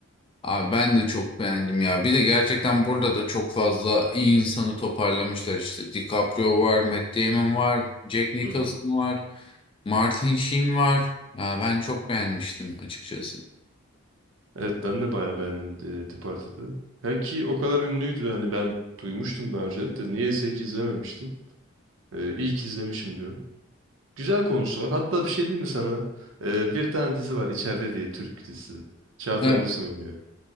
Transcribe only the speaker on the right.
Hı hı.
Evet ben de bayağı beğendim e, Departed'ı. Ha ki o kadar ünlüydü hani ben duymuştum daha önceden de niyeyse hiç izlememiştim. E, ilk izlemişim diyorum. Güzel konusu var. Hatta bir şey diyeyim mi sana? Ee, bir tane dizi var içeride diye Türk dizisi. Çağatay
Ulusoy oynuyor.